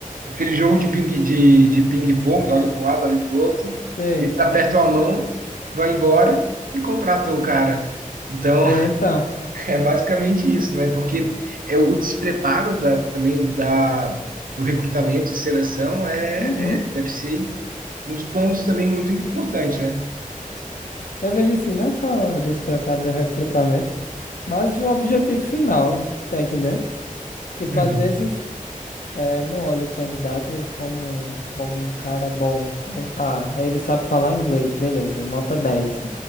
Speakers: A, on the right (about 75°); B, on the left (about 75°).
A: aquele jogo de ping, de, de ping-pong, olha para um lado, olha para o outro.
B: sei.
A: Eles apertam a mão, vão embora e contratam o cara. Então,
B: É,
A: <laughs>
B: então,
A: é basicamente isso, né? Porque é o despreparo da, também da, do recrutamento e seleção é,
B: uhum.
A: é- deve ser um dos pontos também muito importante, né?
B: Eu vejo assim, não só despreparo do recrutamento, mas o objetivo final, tá entendendo? Tipo,
A: Uhum.
B: às vezes. É, não olho o candidato como, como um cara bom. Pô, ah, ele sabe falar inglês, beleza, nota dez,